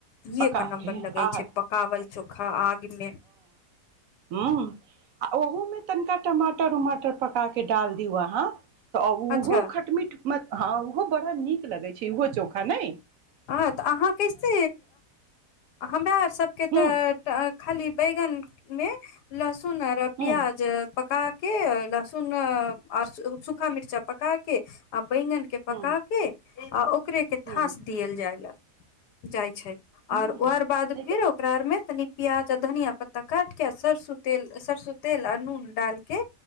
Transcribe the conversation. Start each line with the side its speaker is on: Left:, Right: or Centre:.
Left: इहे
Right: पका
Left: के नम्बर लगै
Right: आह
Left: छै पकावल चोखा आग मे
Right: ह आ ओहोमे तनिका माटर उमाटर पकारके डाल दी व्हा तऽ
Left: अच्छा
Right: ओहो खटमीट हँ ओहो बड़ा नीक लगै छै ओहो चोखा ने
Left: हँ तऽ अहाँ कैसे हमरा सबके
Right: हूँ
Left: तऽ खाली बैगन मे लह सुन प्याज
Right: हूँ
Left: पका के के लहसुन आर सूखा मिर्चा पका के बैंगन के पका
Right: हूँ
Left: के आ ओ ओकरे के थास
Right: हूँ
Left: जाय लऽ जाइ छै
Right: नहि
Left: आओर
Right: नहि
Left: ओर बाद फेर
Right: तऽ
Left: ओकरारमे तनि प्याज आ धनिया पत्ता काट के आ सरसो तेल सरसो तेल आ नून डालके